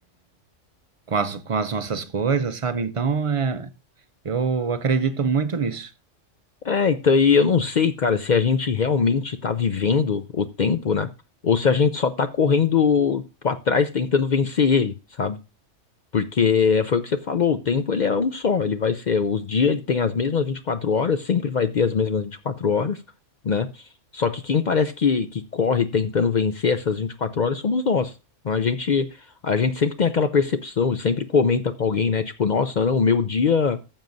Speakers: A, on the right (about 40°); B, on the left (about 50°).
A: com as, com as nossas coisas, sabe? Então, é, eu acredito muito nisso.
B: É, então, e eu não sei, cara, se a gente realmente tá vivendo o tempo, né? Ou se a gente só tá correndo pra trás tentando vencer ele, sabe? Porque foi o que você falou, o tempo ele é um só, ele vai ser, os dias ele tem as mesmas 24 horas, sempre vai ter as mesmas 24 horas, né? Só que quem parece que, que corre tentando vencer essas 24 horas somos nós. Então, a gente, a gente sempre tem aquela percepção e sempre comenta com alguém, né? Tipo, nossa, não, o meu dia,